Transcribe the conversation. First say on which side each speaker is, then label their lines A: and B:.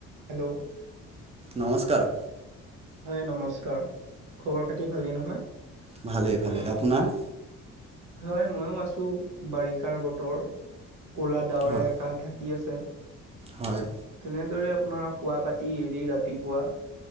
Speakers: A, on the right; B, on the right.
A: Hello,
B: নমস্কাৰ।
A: হয় নমস্কাৰ খবৰ খাতি ভালেই নহয়?
B: ভালে- ভালে আপোনাৰ?
A: হয়, ময়ো আছো বাৰিষাৰ বতৰ। কলা ডাৱৰে
B: হয়
A: আকাশ ঢাকি আছে।
B: হয়
A: তেনেদৰে আপোনাৰ শুৱা পাতি এৰি ৰাতিপুৱা